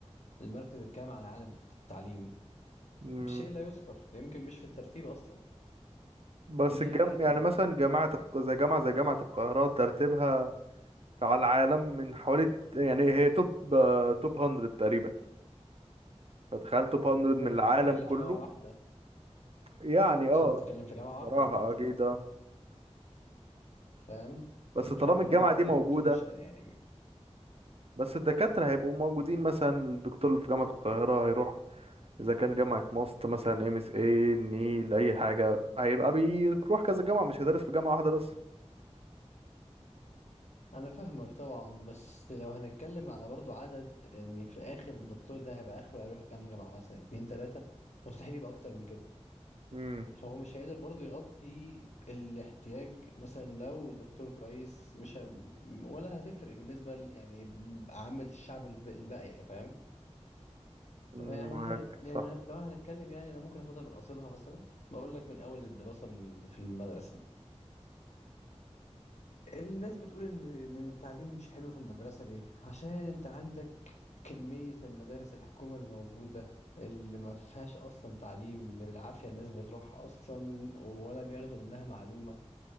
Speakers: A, on the left (about 80°); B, on the right (about 60°).
A: المركز الكام على العالم في التعليم
B: مم،
A: شيء لا يذكر ده يمكن مش في الترتيب أصلا
B: بس
A: ليه
B: الجم...
A: بقى كده
B: يعني مثلا جامعة الق... زي جامعة زي جامعة القاهرة ترتيبها على العالم من حوالي يعني هي توب آه، توب 100 تقريبا فتخيل توب 100 من
A: حلو
B: العالم
A: أنت بتتكلم
B: كله
A: في جامعة واحدة
B: يعني
A: بس
B: اه
A: أنت بتتكلم في جامعة واحدة
B: صراحة
A: برضه
B: أكيد اه
A: فاهم
B: بس طالما
A: فجامعة
B: الجامعة
A: واحدة
B: دي موجودة
A: برضه مش ه... يعني
B: بس الدكاترة هيبقوا موجودين مثلا الدكتور اللي في جامعة القاهرة هيروح إذا كان جامعة ماست مثلا ام اس اي النيل أي حاجة هيبقى بيروح كذا جامعة مش هيدرس في جامعة واحدة بس
A: انا فاهمك طبعا بس لو هنتكلم على برضو عدد يعني في الاخر الدكتور ده هيبقى اخره هيروح كام جامعة مثلا اتنين تلاتة مستحيل يبقى اكتر من كده
B: امم
A: فهو مش هيقدر برضو يغطي الاحتياج مثلا لو دكتور كويس مش ه... ولا هتفرق بالنسبة ل... يعني عامة الشعب الب... الباقية فاهم
B: معاك
A: يعني إحنا- يعني
B: صح
A: لو هنتكلم يعني انا ممكن اخدها من اصلها مثلا بقول لك من اول الدراسة من في المدرسة الناس بتقول ان إن التعليم مش حلو في المدرسة ليه عشان انت عندك كمية المدارس الحكومة اللي موجودة اللي ما فيهاش أصلا تعليم اللي بالعافية الناس بتروحها أصلا ولا بياخدوا منها معلومة